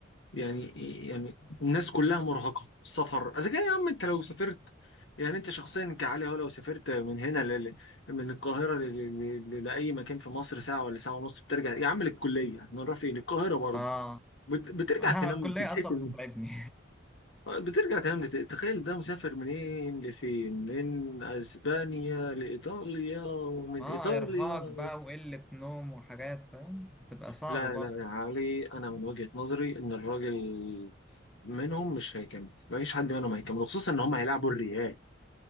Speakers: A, on the left; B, in the centre.
A: يعني يعني الناس كلها مرهقة السفر اذا كان يا عم انت لو سافرت يعني انت شخصيا كعلي هو لو سافرت من هنا ل... ل- من القاهرة ل... ل... ل... لأي مكان في مصر ساعة ولا ساعة ونص بترجع يا عم للكلية احنا نروح فين القاهرة برضه
B: اه
A: بت... بترجع
B: <laughs> آه،
A: تنام
B: الكلية
A: تتقتل
B: اصلا بتتعبني
A: بترجع تنام تتقتل تخيل ده مسافر منين لفين من اسبانيا لإيطاليا ومن
B: <laughs> ما
A: إيطاليا
B: ارهاق بقى وقلة نوم وحاجات فاهم بتبقى صعبة
A: لا
B: برضه
A: لا يا علي انا من وجهة نظري ان الراجل منهم مش هيكمل مفيش حد منهم هيكمل خصوصا ان هم هيلعبوا الريال